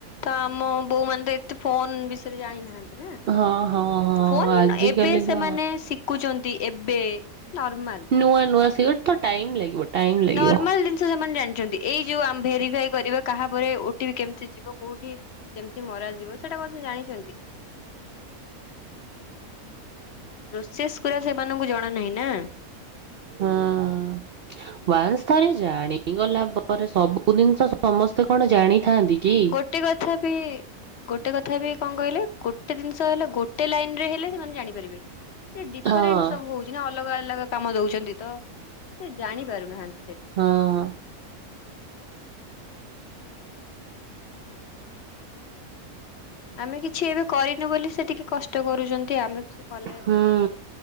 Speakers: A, on the left; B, on the right.
A: ତ ଆମ ବୋଉ ମାନେ ତ ଏତେ ଫୋନ୍ ବିଷୟରେ ଜାଣିନାହାନ୍ତି।
B: ହଁ ହଁ ହଁ
A: ଫୋନ୍
B: ଆଜିକାଲିକା
A: ଏବେ ସେମାନେ ଶି ଶିକୁଚନ୍ତି ଏବେ ନର୍ମାଲ୍।
B: ନୂଆ ନୂଆ ଶିକୁଚନ୍ତି ତ ଟାଇମ୍ ଲାଗିବ ଟାଇମ୍ ଲାଗିବ।
A: ନର୍ମାଲ ଜିନିଷ ସେମାନେ ଜାଣିଚନ୍ତି ଏଇ ଯଉ ଆମ୍ ଭେରିଫାଇ କରିବା କାହାପରେ ଓଟିପି କେମିତି ଯିବ କଉଠି କେମିତି ମରାଯିବ ସେଇଟା କଣ ସିଏ ଜାଣିଚନ୍ତି କି। ପ୍ରୋସେସ୍ ଗୁଡା ସେମାନଙ୍କୁ ଜଣା ନାହିଁ ନା।
B: ହଁ। ୱାନ୍ସ୍ ଥରେ ଜାଣିଗଲା ପରେ ସବୁ ଜିନିଷ ସମସ୍ତେ କଣ ଜାଣିଥାନ୍ତି। କି?
A: ଗୋଟେ କଥା ବି ଗୋଟେ କଥା ବି କଣ କହିଲେ ଗୋଟେ ଜିନିଷ ହେଲା ଗୋଟେ ଲାଇନ୍ ରେ ହେଲେ ସେମାନେ ଜାଣି ପାରିବେ। ସେ ଡିଫରେଣ୍ଟ୍
B: ହଁ
A: ସବୁ ହଉଚି ନା ଅଲଗା ଅଲଗା କାମ ଦଉଚନ୍ତି ତ। ସେ ଜାଣି ପାରୁନାହାନ୍ତି ସେଟା।
B: ହଁ।
A: ହଁ। ଆମେ କିଛି ଏବେ କରିନୁ ବୋଲି ସେ ଟିକେ କଷ୍ଟ କରୁଚନ୍ତି ଆମେ କିଛି କଲେ
B: ହୁଁ